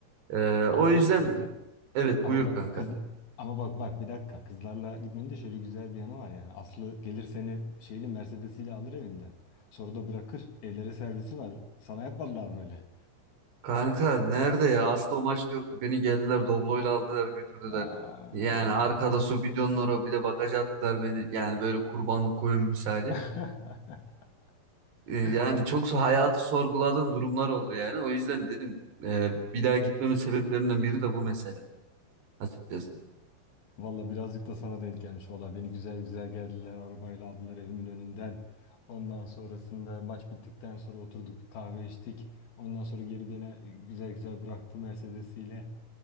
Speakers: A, on the right (about 65°); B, on the left (about 60°).
A: Ee, o
B: Ama
A: yüzden
B: bak kızlar
A: evet
B: Ama
A: buyur
B: bak
A: kanka.
B: kız ama bak bak bir dakika. Kızlarla gitmenin de şöyle güzel bir yanı var yani. Aslı gelir seni şeyle Mercedes'iyle alır evinden. Sonra da bırakır. Evlere servisi var. Sana yapmadılar mı öyle?
A: Kanka nerede ya? Aslı o maçta yoktu. Beni geldiler Doblo'yla aldılar götürdüler.
B: Eee.
A: Yani arkada su bidonları bir de bagaja attılar beni. Yani böyle kurbanlık koyun misali.
B: <laughs>
A: Ee, Yani
B: Sana,
A: çok so- hayatı sorguladığım durumlar oldu yani. O yüzden dedim e, bir daha gitmemin sebeplerinden biri de bu mesele açıkçası.
B: valla birazcık da sana denk gelmiş. Valla beni güzel güzel geldiler. Arabayla aldılar evimin önünden. Ondan sonrasında maç bittikten sonra oturduk bir kahve içtik. Ondan sonra geri beni güzel güzel bıraktı Mercedes'iyle.